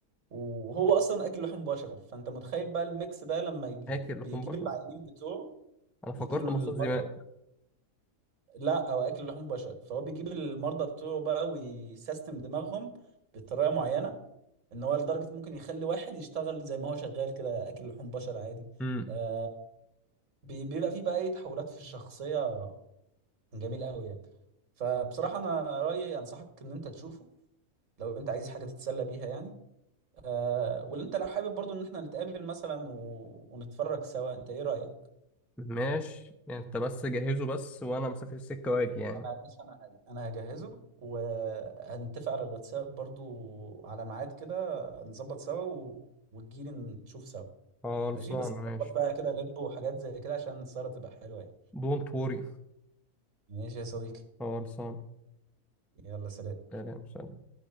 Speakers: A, on the right (about 60°); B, in the centre.
A: وهو اصلا اكل لحوم بشر فانت متخيل بقى الميكس ده لما يجي
B: اكل
A: بيجيب
B: لحوم بشر
A: العيانين بتوعه
B: انا فكرت
A: يجيب المرضى
B: مصاص دماء
A: لا او اكل لحوم بشر فهو بيجيب المرضى بتوعه بقى ويسيستم دماغهم بطريقه معينه ان هو لدرجه ممكن يخلي واحد يشتغل زي ما هو شغال كده اكل لحوم بشر عادي
B: امم
A: آه بي- بيبقى فيه بقى ايه تحولات في الشخصيه جميل قوي يعني فبصراحه انا رايي انصحك ان انت تشوفه لو انت عايز حاجه تتسلى بيها يعني آه واللي انت لو حابب برضو ان احنا نتقابل مثلا و... ونتفرج سوا انت ايه رأيك
B: ماشي انت بس جهزه بس وانا مسافر السكة واجي يعني
A: انا بس انا هج- انا هجهزه وهنتفق على الواتساب برضو على ميعاد كده نظبط سوا و... وتجيلي نشوف سوا
B: خلصانة
A: ماشي بس
B: ماشي
A: نظبط بقى كده لب وحاجات زي كده عشان السهرة تبقى حلوة يعني
B: دونت وري
A: ماشي يا صديقي
B: خلصانة
A: يلا سلام
B: سلام سلام